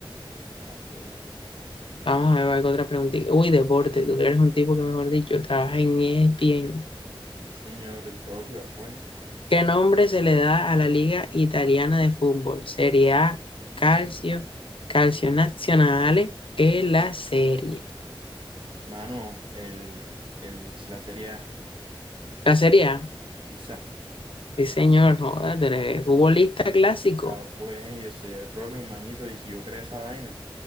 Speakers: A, on the right; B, on the left.
A: Ah, pues.
B: Vamos a ver, ¿cuál otra preguntita. Uy, deporte. Tú que eres un tipo que, mejor dicho, trabaja en ESPN.
A: Sí, señor, el propio, ah, pues.
B: ¿Qué nombre se le da a la Liga Italiana de Fútbol? Serie A, Calcio, Calcio Nazionale, es la serie.
A: Mano, el, el, la serie A.
B: La Serie A.
A: Sí,
B: Sí, señor, joder, tú eres futbolista clásico.
A: Ah, pues yo soy el propio hermanito y si yo creo esa vaina,